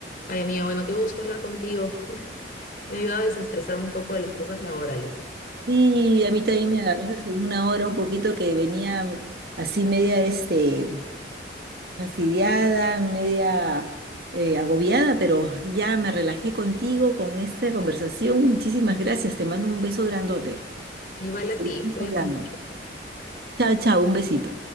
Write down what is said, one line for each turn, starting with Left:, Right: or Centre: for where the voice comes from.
Left: Ay, amiga, bueno, qué gusto hablar contigo. <laughs> Me ayuda a desestresarme un poco de las cosas laborales.
Right: Y a mí también me agarraste en una hora un poquito que venía así media este, fastidiada, media eh, agobiada, pero ya me relajé contigo con esta conversación. Muchísimas gracias, te mando un beso grandote.
Left: Igual
Right: Seguimos
Left: a ti, cuídate
Right: hablando.
Left: mucho.
Right: Chao, chao, un besito.